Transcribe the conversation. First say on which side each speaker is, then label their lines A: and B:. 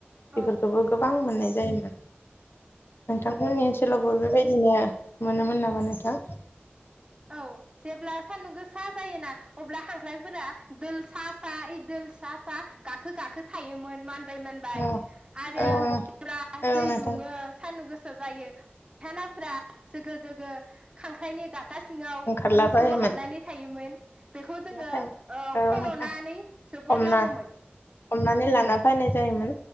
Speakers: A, on the right; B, on the left.
A: औ
B: बेफोरखौबो गोबां मोननाय जायोमोन नोंथांमोननि ओनसोलावबो बेबायदिनो मोनोमोन नामा नोंथां? हो
A: औ जेब्ला सान्दुं गोसा जायोना अब्ला खांख्रायफोरा दोल सा सा ओइ दोल सा सा गाखो गाखो थायोमोन मान दैमोनबाय
B: औ
A: आरो
B: औ
A: <unintelligible> फुरा
B: औ
A: दै
B: नोंथां
A: दुङो सान्दुं गोसा जायो फथानाफ्रा जोगो जोगो खांख्राइनि गा सिङाव
B: ओंखारला
A: गुदुं
B: बायोमोन
A: सिङाव हाबनानै थायोमोन बेखौ जोङो
B: नाथाय
A: ओ
B: औ
A: खन'नानै
B: नोंथां
A: जोबोद
B: हमना
A: लाबोमोन
B: हमनानै लाना फैनाय जायोमोन